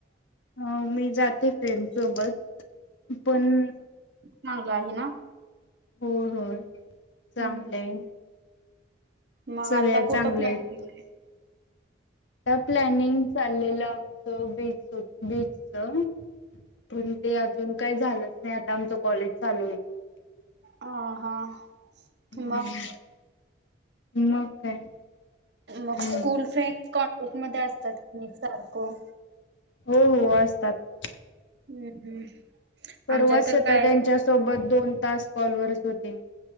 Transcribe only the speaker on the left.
हा मी जाते फ्रेंड सोबत पण
हो हो चांगलंय
सगळ्या
चांगले
आहेत
प्लॅनिंग चाल लेलं आमचं बीच बीच पण ते अजून काय झालं नाही आता आमच कॉलेज चालू होईल..
हम्म,
मग काय काय
नाही.
हो हो असतात.
परवाच
होता
त्यांच्यासोबत. दोन तास कॉल वरच होते.